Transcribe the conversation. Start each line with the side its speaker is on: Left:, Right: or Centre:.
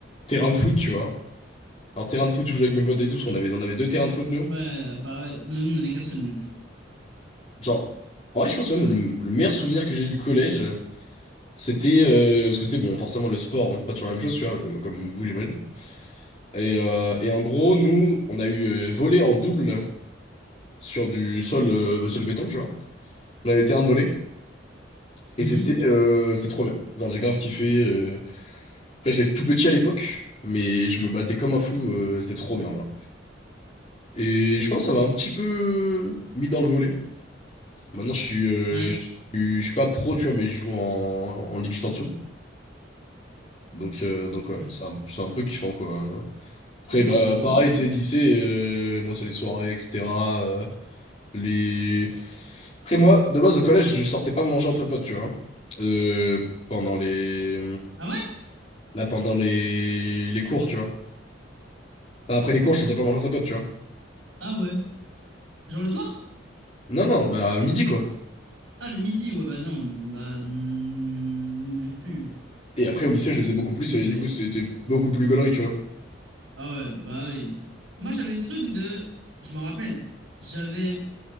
Left: terrain de foot, tu vois. Alors, terrain de foot où je jouais avec mes potes et tout, parce qu'on avait, on avait deux terrains de foot, nous.
Right: Ouais, pareil. Non, non, on avait qu'un seul, nous.
Left: Genre, en vrai, je pense même le, le meilleur souvenir que j'ai eu du collège, c'était... euh, parce que, tu sais, bon, forcément, le sport, on fait pas toujours la même chose, tu vois, euh, comme vous, j'imagine. Et, euh, et en gros, nous, on a eu euh, volé en double sur du sol, euh, bah, sur le béton, tu vois. On avait terrain de volley. Et
Right: Mhm.
Left: c'était euh, c'était trop bien. Genre, j'ai grave kiffé. euh. Après, j'étais tout petit à l'époque, mais je me battais comme un fou. euh, c'était trop bien, là. Et je pense que ça m'a un petit peu mis dans le volley. Maintenant, je suis, euh,
Right: Ouais.
Left: je suis, je suis pas pro, tu vois, mais je joue en, en ligue juste en dessous. Donc, euh, donc ouais,
Right: Ok.
Left: c'est un, c'est un peu kiffant, quoi. Après,
Right: Oh, bah
Left: bah, pareil,
Right: oui.
Left: tu sais, lycée, euh, moi, c'est les soirées, etc. euh, les... Après moi, de base au collège, je sortais pas manger entre potes, tu vois. Euh, pendant les...
Right: Ah ouais?
Left: Là, pendant les... les cours, tu vois. Enfin, après les cours, je sortais pas manger entre potes, tu vois.
Right: Ah ouais. Genre le soir?
Left: Non, non, bah à midi, quoi.
Right: Ah, le midi. Ouais, bah non. Bah, mm, nous non plus.
Left: Et après au lycée, je le faisais
Right: Du coup,
Left: beaucoup plus,
Right: on mangeait.
Left: et du coup,
Right: euh,
Left: c'était beaucoup plus gaulerie, tu vois.
Right: Ah ouais, bah oui. Moi, j'avais ce truc de... Je m'en rappelle, j'avais